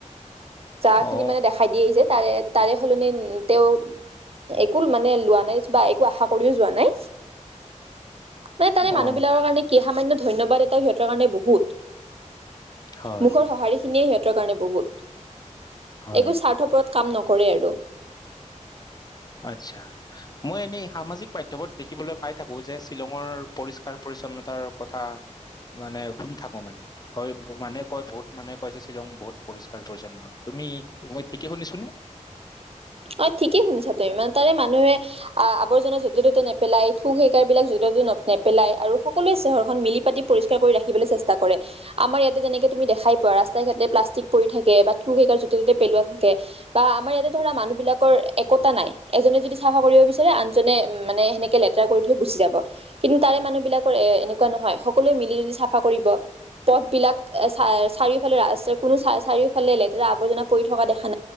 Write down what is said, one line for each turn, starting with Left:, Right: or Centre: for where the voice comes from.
Right: চাহ খিনি
Left: অ
Right: মানে দেখাই দিয়ে আহি যে তাৰে তাৰে সলনি তেওঁ একো মানে লোৱা নাই বা একো আশা কৰিও যোৱা নাই মান তাৰে
Left: অ
Right: মানুহ বিলাকৰ কাৰণে কি সামান্য ধন্যবাদ এটা সিহঁতৰ কাৰণে বহুত
Left: হয়
Right: মুখৰ সঁহাৰিখিনিয়েই সিহঁতৰ কাৰণে বহুত
Left: হয়
Right: এইবোৰ স্বাৰ্থপৰত কাম নকৰে আৰু
Left: আচছা মই এনেই সামাজিক মাধ্্যমত দেখিবলৈ পাই থাকো যে শ্বিলঙৰ পৰিষ্কাৰ পৰিচ্ছন্নতাৰ কথা মানে শুনি থাকো মানে হয় মানুহে কয় বহুত মানুহে কয় যে শ্বিলং বহুত পৰিষ্কাৰ পৰি্ছন্ন তুমি ঠিকে শুনিছো নে
Right: অ ঠিকেই শুনিছা তু ইমান তাৰে মানুহে আহ আৱৰ্জনা য'তে ত'তে নেপেলাই থোক সেকাৰ বিলাক য'তে ত'তে ন নেপেলাই আৰু সকলোৱে চহৰখন মিলি পাতি পৰিষ্কাৰ কৰি ৰাখিবলৈ চেষ্টা কৰে আমাৰ ইয়াতে যেনেকে তুমি দেখাই পোৱা ৰাস্তাই ঘাটে প্লাষ্টিক পৰি থাকে বা থোক হেকাৰ য' ত'তে পেলোৱা থাকে ে বা আমাৰ ইয়াতে ধৰা মানুহ বিলাকৰ একতা নাই এজনে যদি চাফা কৰিব বিচাৰে আনজনে মানে সেনেকে লেতেৰা কৰি থৈ গুচি যাব কিন্তু তাৰে মানুহ বিলাকৰ এ এনেকুৱা নহয় সকলোৱে মিলি জুলি চাফা কৰিব পথ বিলাক চ চাৰিওফালে ৰাস্ত কোনো চ চাৰিওফালে ফালে লে আৱৰ্জনা পৰি থকা দেখা